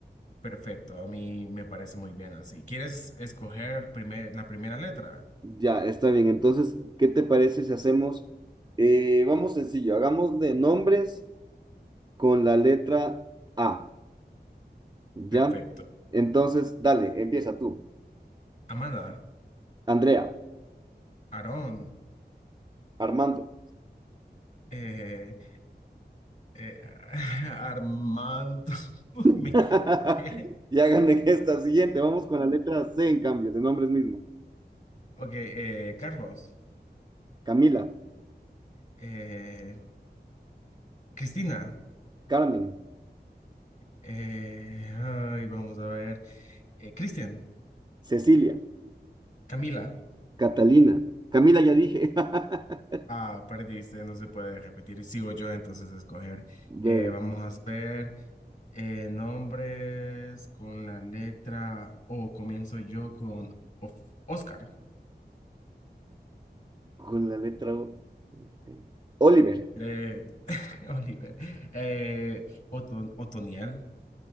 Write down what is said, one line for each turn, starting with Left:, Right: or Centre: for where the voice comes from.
Left: Perfecto, a mí me parece muy bien así. ¿Quieres escoger primer- la primera letra?
Right: Ya, está bien. Entonces, ¿qué te parece si hacemos, eh, vamos sencillo, hagamos de nombres con la letra A. Ya.
Left: Perfecto.
Right: Entonces, dale, empieza tú.
Left: Amanda,
Right: Andrea,
Left: Aarón,
Right: Armando.
Left: eh, Eh, <laughs> Armando, <laughs>
Right: <laughs>
Left: me equivoqué.
Right: Y hagan en esta siguiente. Vamos con la letra C en cambio, de nombres mismos.
Left: Ok, eh, Carlos,
Right: Camila,
Left: eh, Cristina,
Right: Carmen,
Left: eh, ay, vamos a ver, eh, Cristian,
Right: Cecilia,
Left: Camila,
Right: Catalina. Camila ya dije. <laughs>
Left: ah, perdiste, no se puede repetir, sigo yo entonces a escoger.
Right: Dale.
Left: Eh, vamos a ver eh, nombres con la letra O, comienzo yo con Of- Oscar,
Right: con la letra O. Este, Oliver,
Left: eh, <laughs> Oliver, eh, Oton- Otoniel.